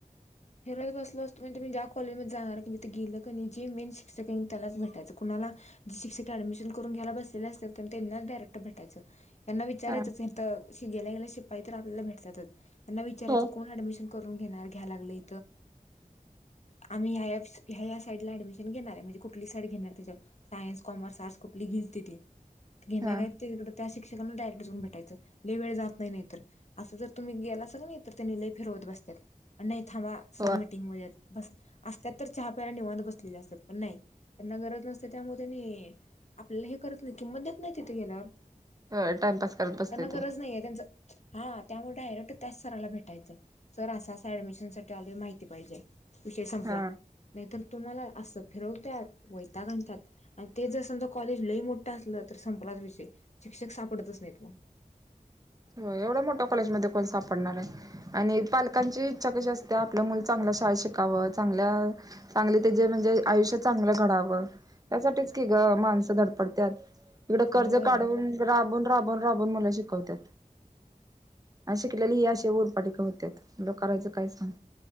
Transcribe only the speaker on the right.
हा
हो
हा
हो
ह टाईमपास करत बसते
ती
हा
एवढं मोठ्या कॉलेज मध्ये कोण सापडणार आहे आणि पालकांची इच्छा कशी असते आपलं मुल चांगल्या शाळा शिकावं चांगल्या चांगले त्याचेे म्हणजे आयुष्य चांगलं घडावं त्यासाठीच की ग माणसं धडपडतात इकडें कर्ज
काढून राबून राबून राबून मुलं शिकवता. अ शिकलेली ही अे ऊरपाट का होत लो करायचं काय सांग?